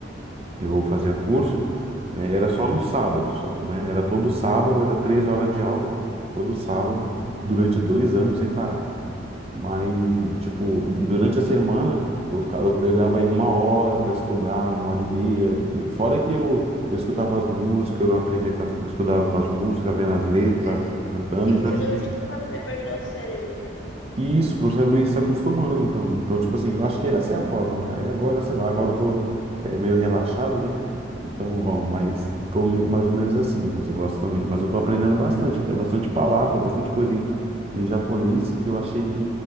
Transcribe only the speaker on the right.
eu fazia curso, né, era só no sábado, só, né, era todo sábado, era três horas de aula, todo sábado, durante dois anos sem parar. Mas, tipo, durante a semana, eu, ficava, eu pegava aí uma hora para estudar, uma hora e meia. Fora que eu, eu escutava as músicas, eu aprendia com as, eu estudava com as músicas, vendo as letras,
cantando.
Então,
tipo,
assim,
Isso, para saber ir se acostumando, então. Então, tipo assim, eu acho que essa é a forma, né? Aí agora, sei lá, agora eu tô é, meio relaxado, né? Então, ó, mas tô meio, mais ou menos assim, mas eu gosto também, mas eu tô aprendendo bastante, até bastante palavra, bastante coisa em, em japonês, que eu achei que